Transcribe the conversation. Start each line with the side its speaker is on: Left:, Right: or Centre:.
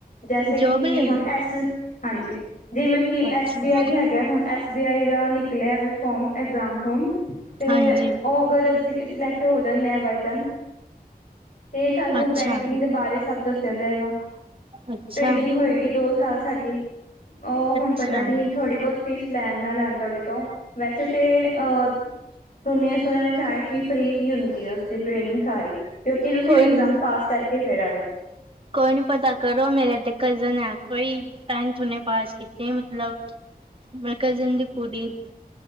Left: ਜੈਸੇ
Right: ਜੋਬ
Left: ਕਿ
Right: ਲਈ
Left: ਹੁਨ ਐਸ ਹਾਂਜੀ, ਜਿਵੇਂ ਕਿ
Right: ਅੱਛਾ
Left: ਐਸ ਬੀ ਆਈ ਹੈਗੈ ਹੁਨ ਐਸ ਵੀ ਆਈ ਦਾ ਨਿਕਲੇਆ ਵੇ ਫੋਮ, ਐਗਜ਼ਾਮ ਫੋਮ ਤੇ
Right: ਹਾਂਜੀ
Left: ਓ ਅਗਰ ਅਸੀ ਈ ਸਿਲੈਕਟ ਹੋ ਜਾਨੇ ਆਂ ਬਾਏ ਚਾਂਸ ਤੇ ਸਾਨੂੰ
Right: ਅੱਛਾ
Left: ਬੈਂਕਿੰਗ ਦੇ ਬਾਰੇ ਸਾੱਬ ਦੱਸੇਆ ਜਾਏਗਾ,
Right: ਅੱਛਾ
Left: ਟ੍ਰੇਨਿੰਗ ਹੋਏਗੀ ਦੋ ਸਾਲ ਸਾਡੀ, ਓ
Right: ਅੱਛਾ
Left: ਹੁਨ ਪਤਾ ਨੀ ਥੋੜੀ ਬੋਤ ਫੀਸ ਲੈਨ ਨਾ ਲੈਨ ਤੋਆਡੇ ਤੋਂ ਵੈਸੇ ਤੇ ਅ ਸੁਨੇਐ ਸੁਨਨ ਏਚ‌ ਆਯੈ ਕਿ ਫ੍ਰੀ ਹੀ ਹੁੰਦੀ ਐ ਉਸਦੀ ਟ੍ਰੇਨਿੰਗ ਸਾਰੀ। ਕਯੋਕਿ ਤੁਸੀ
Right: ਕੋਈ
Left: ਐਗਜ਼ਾਮ
Right: ਨੀ
Left: ਪਾਸ ਕਾਰਕੇ ਫੇਰ ਆਏ ਓ।
Right: ਕੋਈ ਨੀ ਪਤਾ ਕਰੋ ਮੇਰੇ ਤੇ ਕਜ਼ਨ ਹੈ ਕੋਈ, ਟੈਂਥ ਉਨੇ ਪਾਸ ਕੀਤੀ ਐ ਮਤਲਵ ਮੈਂ ਕਜ਼ਨ ਦੀ ਕੁੂੜੀ